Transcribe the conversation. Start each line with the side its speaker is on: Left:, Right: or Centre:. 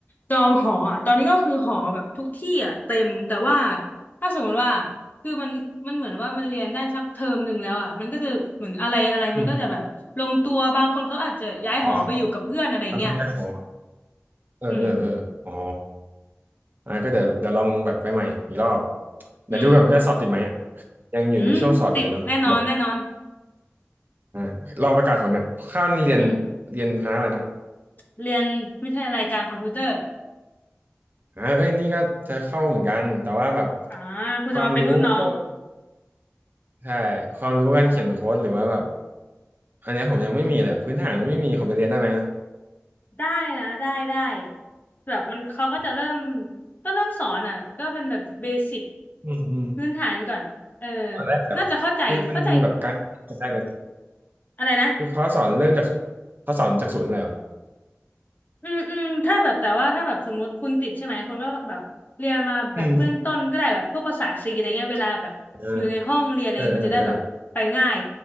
Left: จองหออ่ะตอนนี้ก็คือหอแบบทุกที่อ่ะเต็มแต่ว่าถ้าสมมติว่า คือมันมันเหมือนว่ามันเรียนได้สักเทอมหนึ่งแล้วอ่ะมันก็จะเหมือนอะไรอะไรมันก็จะแบบลงตัวบางคนเขาอาจจะย้ายหอไปอยู่กับเพื่อนอะไรเงี้ย
Right: อืมอ๋อมาคนแรกหอเออเออเอออ๋อ
Left: อืม
Right: อ่าก็เดี๋ยวเดี๋ยวลองแบบไปใหม่อีกรอบเดี๋ยวดูก่อนว่าจะสอบติดไหมอ่ะ
Left: อืม
Right: ยังอยู่ในช่วงสอบอยู่เลยเนาะแบบ
Left: อืมติดแน่นอนแน่นอน
Right: อ่ารอประกาศผลเนี่ยข้าวนี่เรียน
Left: อืม
Right: เรียนคณะอะไรนะ
Left: เรียนวิทยาลัยการคอมพิวเตอร์
Right: อ่าเอ้ยนี่ก็จะเข้าเหมือนกันแต่ว่าแบบ
Left: อ่าคุณจะมาเป็นรุ่นน้อง
Right: ความรู้พวกใช่ความรู้การเขียนโค้ดหรือว่าแบบ
Left: อ่า
Right: อันเนี้ยผมยังไม่มีเลยอะพื้นฐานมันไม่มีผมจะเรียนได้ไหมอะ
Left: ได้นะได้ได้แบบมันเขาก็จะเริ่มก็เริ่มสอนอ่ะก็เป็นแบบเบสิก
Right: อืมอืม
Left: พื้นฐานก่อนเออ
Right: ตอนแรกเดี๋ยวคือมันมีแบบการตอนแรกเลย
Left: น่าจะเข้าใจเข้าใจอะไรนะ
Right: คือเขาสอนเริ่มจากเขาสอนจากศูนย์เลยเหรอ
Left: อืมอืมถ้าแบบแต่ว่าถ้าแบบสมมติคุณติดใช่ไหมคุณก็แบบเรียนมาแบบเบื้องต้นก็ได้แบบพวกภาษาซีอะไรเงี้ยเวลาแบบอยู่ในห้องเรียนอะไรเงี้ยมันจะได้แบบไปง่าย
Right: อืมเออเออเออเออ